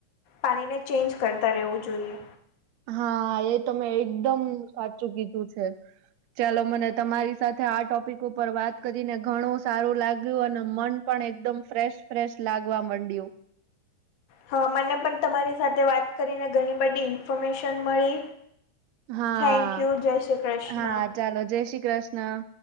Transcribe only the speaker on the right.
હા એ તો મેં એકદમ સાચું કીધું છે ચાલો, મને તમારી સાથે આ ટોપિક ઉપર વાત કરીને ઘણું સારું લાગ્યું અને મન પણ એકદમ ફ્રેશ ફ્રેશ લાગવા માંડ્યું.
હા.
હા ચાલો, જય શ્રી કૃષ્ણ.